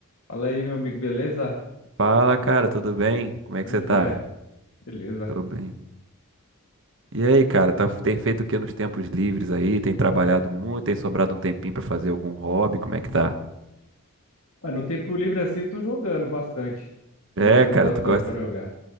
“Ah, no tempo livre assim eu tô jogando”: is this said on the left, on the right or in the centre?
Left